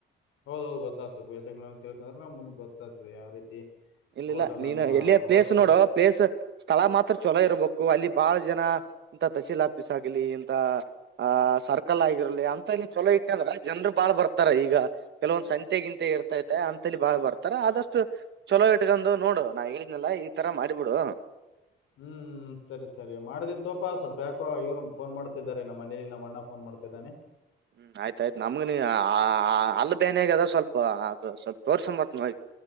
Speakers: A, on the left; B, on the right.
A: ಹೌದೌದು ಗೊತ್ತ್ತ ಬೇಸ ತಿಳ್ಕೊಂಡ್ರೆ ನಮ್ ಮುಂದ ಗೊತ್ತಾಗ್ತದೆ ಯಾವ ರೀತಿ
B: ಇಲ್ಲಿ
A: ಹೋಟೆಲ್
B: ಇಲ್ಲ ನೀನು
A: ಅನ್ನು
B: ಎಲ್ಲಿ ಪ್ಲೇಸ್
A: ಹೋಟೆಲ್
B: ನೋಡುವ ಪ್ಲೇಸ್ ಸ್ಥಳ ಮಾತ್ರ ಚಛಲೋ ಇರ್ಬೇಕು ಅಲ್ಲಿ ಬಹಳ ಜನ ಇಂತ ತಹಸೀಲ್ ಆಫೀಸ್ ಆಗಲಿ ಇಂತ ಅ ಸರ್ಕಲ್ ಆಗ ಿರಲಿ ಅಂತ ಇಲ್ಲಿ ಚಲೋ ಇಟ್ಟಂದ್ರ ಜನರು ಬಾಳ್ ಬರ್ತಾರೆ ಈಗ ಕೆಲವೊಂದ್ ಸಂತೆ ಗಿಂತ ಇರ್ತೈತೆ ಅಂತಲ್ಲಿ ಬಾಳ್ ಬರ್ತಾರ ಆದಷ್ಟು ಚೊಲೋ ಇಟ್ಕೊಂಡು ನೋಡು ನಾವ್ ಹೇಳಿದನಲ್ಲ ಈ ತರ ಮಾಡಿಬಿಡು
A: ಹ್ಮ್ ಹ್ಮ ಸರಿ ಸರಿ ಮಾಡ್ದನ್ ತೋಪ ಸ್ವಲ್ಪ ಯಾಕೋ ಇವ್ ಫೋನ್ ಮಾಡ್ತಿದ್ದಾರೆ ನಮ್ಮ ಮನೇಲಿ ನಮ್ಮ ಅಣ್ಣ ಫೋನ್ ಮಾಡ್ತಿದ್ದಾನೆ
B: ಹ್ಮ್ ಆಯ್ತ ಆಯ್ತು ನಮ್ಗ ನೀ ಅಲ್ಲಿ ಬೇನೆಾಗ ಅದ ಸ್ವಲ್ಪ ಅದು ಸ್ವಲ್ಪ ತೋರ್ಸಂಬತ್ ನೋ